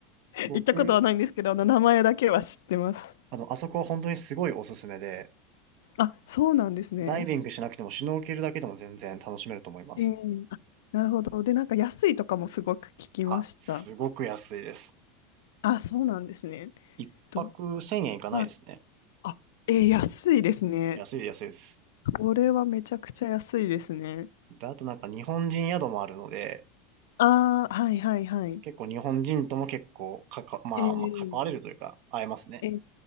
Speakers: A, on the right; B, on the left.
A: 僕、
B: 行ったことはないんですけど、あの、名前だけは知ってます。
A: あの、あそこは本当にすごいおすすめで、
B: あ、そうなんですね。
A: ダイビングしなくてもシュノーケルだけでも全然楽しめると思います。
B: ええあ、なるほど。で、なんか安いとかもすごく聞きました。
A: あ、すごく安いです。
B: あ、そうなんですね。
A: 一泊1000円いかないですね。
B: ど、はい。あ、えー安いですね。
A: 安い、安いです。
B: これはめちゃくちゃ安いですね。
A: で、あとなんか日本人宿もあるので、
B: ああ、はいはいはい。
A: 結構日本人とも結構かか、まあ、
B: ええ
A: まあ、関われるというか、会えますね。
B: ええ